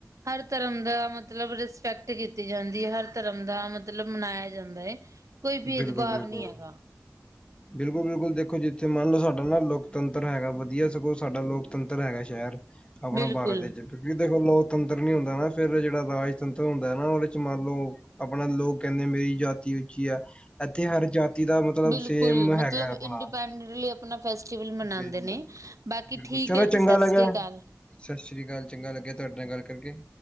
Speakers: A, on the right; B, on the left.
A: ਹਰ ਧਰਮ ਦਾ ਮਤ ਮਤਲਬ ਰਿਸਪੈਕਟ ਕੀਤੀ ਜਾਂਦੀ ਹੈ ਹਰ ਧਰਮ ਦਾ ਮਤਲਬ ਮਨਾਇਆ ਜਾਂਦਾ ਹੈ ਕੋਈ ਭੇਦਭਾਵ
B: ਬਿਲਕੁਲ ਬਿਲਕੁਲ
A: ਨਹੀਂ ਹੈਗਾ
B: ਬਿਲਕੁਲ ਬਿਲਕੁਲ ਦੇਖੋ ਜਿੱਥੇ ਮੰਨ ਲਓ ਸਾਡਾ ਨਾ ਲੋਕਤੰਤਰ ਹੈਗਾ ਵਧੀਆ ਸਗੋਂ ਸਾਡਾ ਲੋਕਤੰਤਰ ਹੈਗਾ ਸ਼ਹਿਰ ਆਪਣੇ
A: ਬਿਲਕੁਲ।
B: ਭਾਰਤ ਵਿੱਚ ਕਿਉਂਕਿ ਦੇਖੋ ਲੋਕਤੰਤਰ ਨੀ ਹੁੰਦਾ ਨਾ ਫੇਿਰ ਜਿਹੜਾ ਰਾਜਤੰਤਰ ਹੁੰਦਾ ਹੈ ਨਾ ਉਹਦੇ ਚ ਮੰਨ ਲਓ ਆਪਣਾ ਲੋਕ ਕਹਿੰਦੇ ਮੇਰੀ ਜਾਤੀ ਉੱਚੀ ਹੈ, ਇੱਥੇ ਹਰ ਜਾਤੀ ਜਾਤਿ ਦਾ ਮਤਲਬ
A: ਬਿਲਕੁਲ
B: ਸੇਮ
A: ਮਤਲਬ
B: ਹੈਗਾ ਆਪਣਾ
A: ਇੰਡੀਪੈਂਡੈਂਟਲੀ ਆਪਣਾ ਫੈਸਟੀਵਲ ਮਨਾਉਂਦੇ
B: ਬਿਲਕੁਲ
A: ਨੇ। ਬਾਕੀ ਠੀਕ
B: ਚਲੋ
A: ਹੈ ਜੀ
B: ਚੰਗਾ
A: ਸਤਿ
B: ਲੱਗਿਆ
A: ਸ੍ਰੀ ਅਕਾਲ।
B: ਸਤਿ ਸ੍ਰੀ ਅਕਾਲ ਚੰਗਾ ਲੱਗਿਆ ਤੁਹਾਡੇ ਨਾਲ ਗੱਲ ਕਰਕੇ